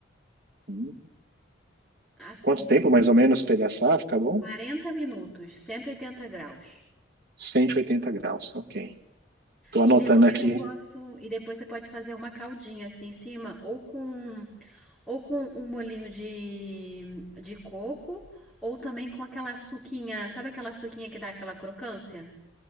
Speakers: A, on the right; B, in the centre.
A: Hum,
B: assim,
A: Quanto tempo mais ou menos pra ele assar? Fica bom?
B: 40 minutos, 180 graus.
A: Cento e oitenta graus, ok. Tô anotando
B: E depois
A: aqui.
B: eu posso, e depois você pode fazer uma caldinha assim em cima, ou com ou com um molhinho de, de coco, ou também com aquela suquinha, sabe aquela suquinha que dá aquela crocância?